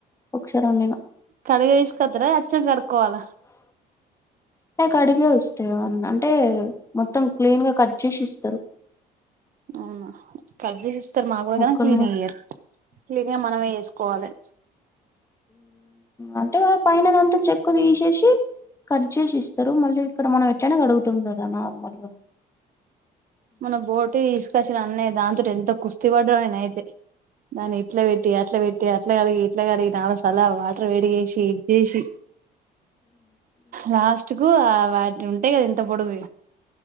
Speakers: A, on the left; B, on the right.
A: ఒకసారి వండినా
B: కడిగే తీసుకొత్తరా వచ్చినంగా కడుకోవాల
A: లే కడిగే వస్తాయి అంటే మొత్తం క్లీన్ గా కట్ చేసి ఇస్తరు
B: అవునా కట్ చేసి ఇస్తరు మాకు కూడ
A: ముక్కలు
B: గన క్లీన్ గా ఇయ్యరు క్లీన్ గా మనమే చెస్ కోవాలే
A: అంటే పైన దాంతో చెక్కు తీసేసి ఖర్చ చేసి ఇస్తారు మళ్ళీ ఇక్కడ మనం ఎట్లానా అడుగుతుంది కదా నార్మల్గా
B: మన బోటు తీసుకొచ్చిన అన్నయ దాంతో ఎంత కుస్త తివడ్రోే అయితే నా ఇట్ల పెట్టి అట్ల భేటీటి అ ఇట్లా కలిగి ఇట్లా కలిగి నాలో సల వాటర్ వేడిగేసి ఇదిేసి లాస్ట్ కు వాటి ఉంటాయి కదా ఇంత పొడుగు